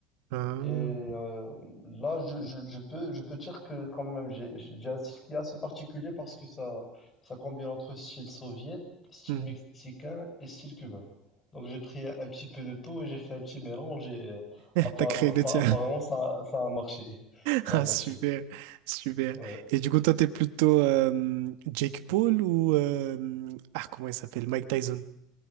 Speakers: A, on the right; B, on the left.
A: Ah.
B: Et euh, là, je, je, je peux je peux dire que quand même j'ai j'ai un style qui est assez particulier parce que ça ça combine entre style soviétique, style
A: Mhm.
B: mexicain et style cubain. Donc j'ai pris un petit peu de tout et j'ai fait un petit mélange et euh, appara-
A: T'as créé le
B: appa-
A: tien.
B: apparemment
A: <laughs>
B: ça ça a marché. Ça
A: Ah
B: a marché.
A: super, super.
B: Ouais.
A: Et du coup, toi, t'es plutôt euh, Jake Paul ou euh, ah comment il s'appelle? Mike Tyson.